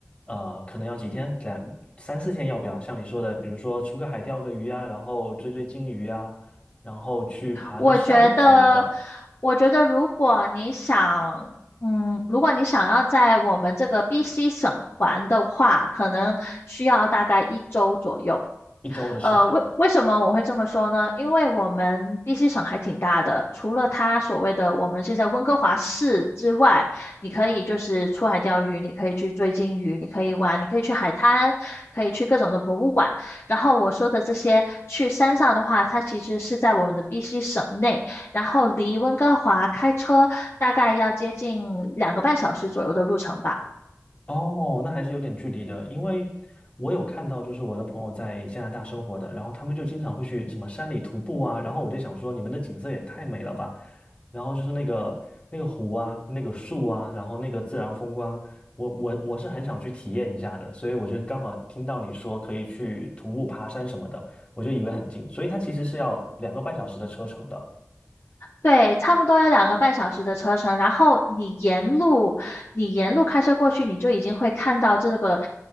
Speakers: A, on the left; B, on the left.
A: 呃，可能要几天，两三四天，要不要？像你说的，比如说出个海钓个鱼啊，然后追追鲸鱼啊，然后去爬个山什么的，
B: 我觉得，我觉得如果你想，嗯，如果你想要在我们这个 BC 省玩的话，可能需要大概一周左右。
A: 一周的时间。
B: 呃，为为什么我会这么说呢？因为我们 BC 省还挺大的，除了它所谓的我们现在温哥华市之外，你可以就是出海钓鱼，你可以去追鲸鱼，你可以玩，你可以去海滩，可以去各种的博物馆。然后我说的这些去山上的话，它其实是在我们的 BC 省内，然后离温哥华开车大概要接近两个半小时左右的路程吧。
A: 哦，那还是有点距离的，因为我有看到，就是我的朋友在加拿大生活的，然后他们就经常会去什么山里徒步啊，然后我就想说，你们的景色也太美了吧，然后就是那个那个湖啊，那个树啊，然后那个自然风光，我我我是很想去体验一下的，所以我就刚好听到你说可以去徒步爬山什么的，我就以为很近，所以它其实是要两个半小时的车程的。
B: 对，差不多要两个半小时的车程，然后你沿路，你沿路开车过去，你就已经会看到这个，